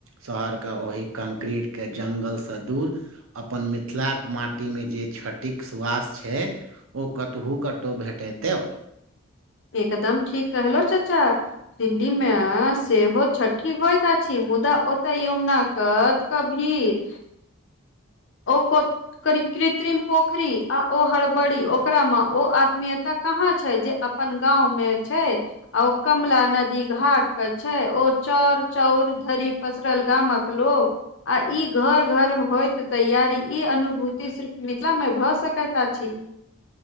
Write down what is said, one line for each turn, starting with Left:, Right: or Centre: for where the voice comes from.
Right: शहरके ओही कंक्रीटके जंगलसँ दूर अपन मिथिलाक माटीमे जे छठ टिक्स वास छै ओ कतहु कतौ भेटेतब
Left: एकदम ठीक कहलो चच्चा दिल्ली मे सेहो छठी होइत अछि मुदा ओतय यमुना कत कभीर ओ कृत्रिम पोखरी आ ओ हड़बड़ी ओकरामे ओ आत्मीयता कहाँ छै जे अपन गाँव में छै आ ओ कमला नदी घाट पर छै ओ चोर चाउर धरी पसरल गामक लोक आ ई घर घर मे होइत त तैयारी ई अनुभूति सिर्फ मिथिला मे भ सकैत छी